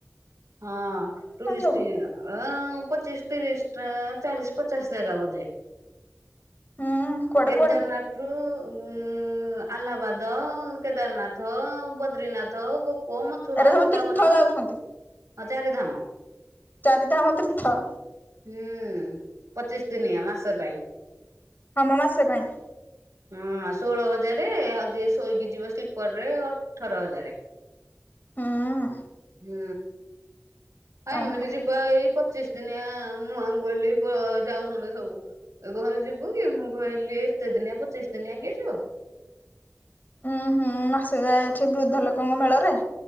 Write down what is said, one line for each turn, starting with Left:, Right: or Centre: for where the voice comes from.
Right: ହଁ ଟୁରିଷ୍ଟଟ
Left: ସବୁ
Right: ଆ ପଚିଶ ତିରିଶ ଚାଳିଶ ପଚାଶ ଜାଗା ବଧେ।
Left: ହୁଁ କୁଆଡେ
Right: କେଦାରନାଥ
Left: କୁଆଡେ
Right: ଉ ଆହ୍ଲାବାଦ କେଦାରନାଥ ବଦ୍ରିନାଥୋ। ଓ ମଥୁରା
Left: ଏରା ସବୁ
Right: ବୃନ୍ଦାବନ
Left: ତୀର୍ଥ ଯାଉଛନ୍ତି
Right: ହଁ ଚାରି ଧାମ।
Left: ଚାରିଧାମ ତୀର୍ଥ।
Right: ହୁଁ ପଚିଶ ଦିନିଆ ମାସ ପାଇଁ।
Left: ହଁମ ମାସ ପାଇଁ।
Right: ହଁ ଷୋଳ ହଜାରେ ଆଉ ଯିଏ ଶୋଇକି ଯିବ ସ୍ଲିପର ରେ ଅଠର ହଜାରେ।
Left: ହୁଁ
Right: ହୁଁ ହଁ
Left: ଓହୋ
Right: ଏମିତି ଯିବା ଏଇ ପଚିଶ ଦିନିଆ ମୁଆଁଙ୍ଗୁହିଲ୍ ଯାଉଛନ୍ତି ସବୁ। ଏ ଘରେ ଯିବୁ କି? ମୁଁ କହିଲି ଏତେ ଦିନିଆ ପଚିଶି ଦିନିଆ କିଏ ଯିବ।
Left: ଉଁ ହୁଁ ମାସେକେ ଯାଏ ଏଠି ବୃଦ୍ଧ ଲୋକଙ୍କ ମେଳରେ।